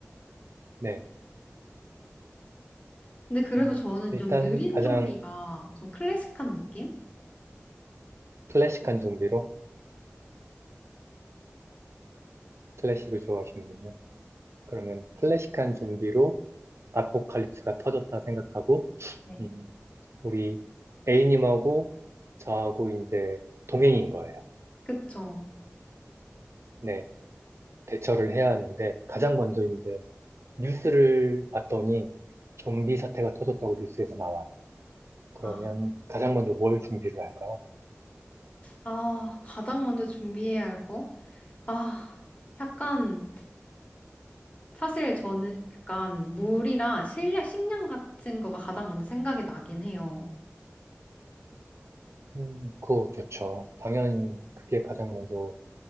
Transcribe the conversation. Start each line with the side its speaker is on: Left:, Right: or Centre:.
Right: 네.
Left: 근데 그래도
Right: 어,
Left: 저는
Right: 일단
Left: 좀 느린
Right: 가장
Left: 좀비가 좀 클래식한 느낌?
Right: 클래식한 좀비로, 클래식을 좋아하시는군요. 그러면 클래식한 좀비로 아포칼립스가 터졌다 생각하고,
Left: 네.
Right: 음, 우리 A님하고 저하고 이제 동행인 거예요.
Left: 그쵸.
Right: 네, 대처를 해야 하는데, 가장 먼저 이제 뉴스를 봤더니 좀비 사태가 터졌다고 뉴스에서 나와요. 그러면
Left: 아,
Right: 가장 먼저 뭘 준비를 할까요?
Left: 아, 가장 먼저 준비해야 할 거? 아, 약간, 사실 저는 약간 물이나 식량 식량 같은 거가 가장 먼저 생각이 나긴 해요.
Right: 음, 그거 좋죠. 당연히 그게 가장 먼저